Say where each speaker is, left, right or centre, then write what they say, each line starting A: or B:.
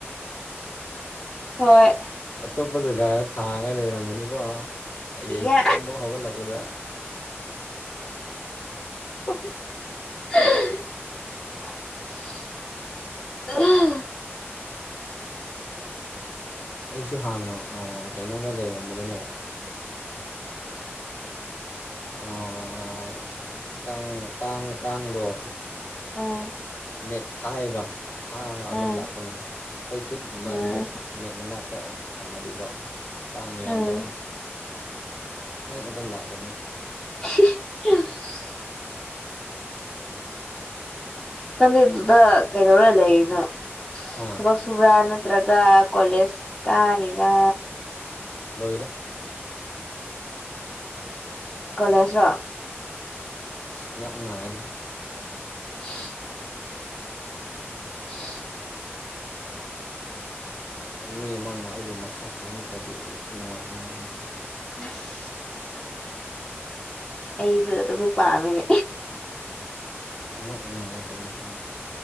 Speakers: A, on the left; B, on the left.
A: ꯍꯣꯏ꯫
B: ꯑꯇꯣꯞꯄ ꯖꯒꯥꯗ ꯊꯥꯡꯉꯥꯒ ꯂꯩꯔꯝꯃꯅꯤꯀꯣ ꯍꯌꯦꯡ
A: ꯏꯌꯥ
B: ꯑꯃꯨꯛ ꯍꯧꯒꯠꯂꯛꯄꯗ꯫ <unintelligible>
A: <unintelligible>
B: ꯑꯩꯁꯨ ꯍꯥꯟꯅ ꯀꯩꯅꯣꯗ ꯂꯩꯔꯝꯕꯗꯅꯦ ꯑꯁ ꯑꯥ ꯀꯥꯡ ꯀꯥꯡ ꯀꯥꯡꯗꯣ
A: ꯎꯝ
B: ꯅꯦꯠ ꯊꯥꯏꯕ ꯊꯥꯒ
A: ꯎꯝ
B: ꯑꯗꯨꯝ ꯂꯥꯛꯄꯅꯦ ꯑꯩꯈꯣꯏ ꯀꯨꯠꯀꯨꯝꯕ
A: ꯎꯝ
B: ꯅꯦꯠ ꯅꯦꯠ ꯃꯅꯥꯛꯇ ꯊꯝꯃꯗꯤꯀꯣ ꯀꯥꯡ ꯃꯌꯥꯝꯗꯣ꯫
A: ꯎꯝ
B: ꯑꯗꯨꯝ ꯂꯥꯛꯀꯅꯤ꫰꫰
A: <unintelligible> ꯅꯪꯗꯤ ꯑꯥꯗꯨꯗ ꯀꯩꯗꯧꯔ ꯂꯩꯔꯤꯅꯣ
B: ꯍꯥ
A: ꯊꯕꯛ ꯁꯨꯕꯔꯥ ꯅꯠꯇ꯭ꯔꯒ ꯀꯣꯂꯦꯖ ꯀꯥꯔꯤꯔꯥ꯫
B: ꯂꯣꯏꯔꯦ꯫
A: ꯀꯂꯦꯖ ꯔꯣ꯫
B: ꯑꯁ ꯉꯛ ꯅꯥꯏꯌꯦꯗ꯫
A: <unintelligible> <unintelligible>
B: ꯃꯤ ꯑꯃꯅ ꯑꯩꯕꯨ ꯃꯁꯥꯁ ꯐꯖꯅ ꯇꯧꯕꯤꯔꯗꯤ ꯈꯔ ꯅꯨꯡꯉꯥꯏꯅꯤ ꯉꯥꯁꯤ꯫
A: <unintelligible> ꯑꯩꯁꯨ ꯑꯗꯨ ꯄꯥꯃꯤꯅꯦ꯫
B: ꯉꯛ ꯅꯥꯏꯌꯦ ꯀꯩꯅꯣ ꯈꯪꯗꯦ꯫